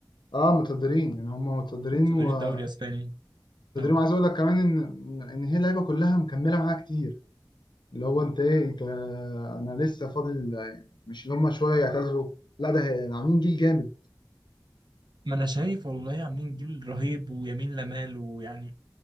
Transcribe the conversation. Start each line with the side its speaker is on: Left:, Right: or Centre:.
Left: اه متقدرين يعني هم متقدرين
Right: متصدرين
Left: ومتقدرين
Right: الدوري الاسباني اه
Left: وعايز اقول لك كمان ان ان هي اللعيبه كلها مكمله معاها كتير اللي هو انت ايه انت انا لسه فاضل مش اللي هم شويه يعتذروا لا ده هي- عاملين جيل جامد
Right: ما انا شايف والله عاملين جيل رهيب ويمين لمال ويعني